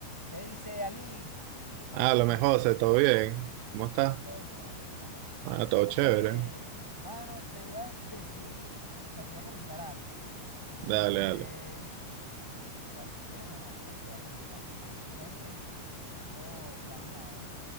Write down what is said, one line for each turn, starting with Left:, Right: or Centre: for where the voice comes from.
Centre: ¿Qué dice Ali? Todo
Right: Ah,
Centre: fino.
Right: lo mejor, José, ¿todo bien? ¿Cómo
Centre: ¿Cómo
Right: estás?
Centre: está todo? Todo bien, mano.
Right: Ah, todo
Centre: Cónchale,
Right: chévere.
Centre: mano, te iba a decir, o sea, te iba a comentar algo. No sé
Right: Dale,
Centre: si quieres,
Right: dale.
Centre: o sea, si quieres o no, pero te voy a comentar, pues. Tú sabes que tengo planeado,